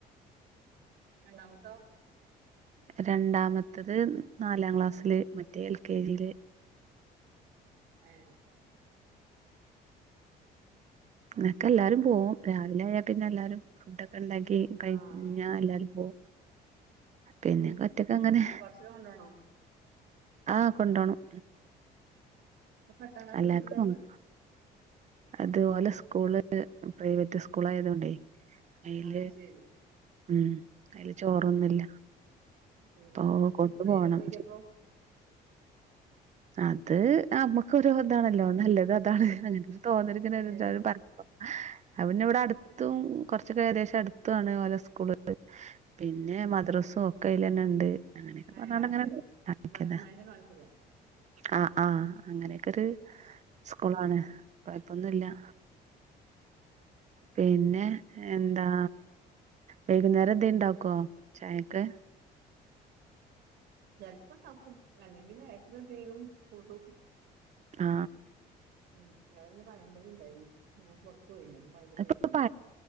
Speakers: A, on the right (about 80°); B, on the right (about 45°).
A: രണ്ടാമത്തോ
B: രണ്ടാമത്തത് നാലാം ക്ലാസ്സില് മറ്റേ എൽ കെ ജിയില്
A: ഏ
B: പിന്നൊക്കെ എല്ലാരും പോകും രാവിലെ ആയാൽ പിന്നെ എല്ലാരും ഫുഡൊ ണ്ടാക്കി കഴിഞ്ഞാൽ
A: ആഹ്
B: എല്ലാരും പോകും പിന്നെ ഒറ്റക്ക് അങ്ങനെ
A: ഭക്ഷണം കൊണ്ടോണോ
B: ആ കൊണ്ടോണം
A: അപ്പോ പട്ടാം ക്ലാസിൻ
B: എല്ലാർക്കും
A: കിട്ടൂല്ലേ ഓട്ന്ന്
B: പോണം അതുപോലെ സ്കൂൾ പ്രൈവറ്റ് സ്കൂൾ ആയത്കൊണ്ടേ അയില്
A: അത് ശരി
B: ഉ അയില് ചോറൊന്നുല്ല
A: ഉം
B: അപ്പൊ കൊണ്ടു
A: എന്താ പ്രൈവറ്റ്
B: പോണം
A: ആക്കിയപ്പോ
B: അത് നമക്കൊരു ഇതാണല്ലോ നല്ലത് അതാണ് അങ്ങനെ തോന്നിരിക്കുന്ന
A: ഏഹ്
B: ഒരു പം അന്നെ ഇവിടെ അടുത്തും കുറച്ചൊക്കെ ഏകദേശം അടുത്താണ് ഓല സ്കൂൾ പിന്നെ മദ്രസും ഒക്കെ അയില് തന്നെണ്ട് അങ്ങനെയൊക്കെ പറഞ്ഞാണ്ട്
A: ഏഹ് അത്
B: അങ്ങനെ
A: ശരി
B: ആക്കിയതാ
A: മജ്മൈനെ കാണിക്കൂല
B: ആ ആ അങ്ങനെയൊക്കെ ഒരു സ്കൂളാണ് കൊഴപ്പൊന്നൂല്ലാ പിന്നെ എന്താ വൈകുന്നേരം എന്താ ഇണ്ടാക്കോ ചായക്ക്
A: ചെലപ്പണ്ടാക്കും അല്ലെങ്കിൽ ബേക്കറി എന്തേലും കൂട്ടും
B: ആ
A: ഉം ഇന്നാണേൽ പഴംപൊരി ഉണ്ടായിരുന്നു ഞാൻപുറത്ത് പോയിന അപ്പ പഴമ്പൊരിയായിട്ടു
B: ഇപ്പൊ
A: വന്നു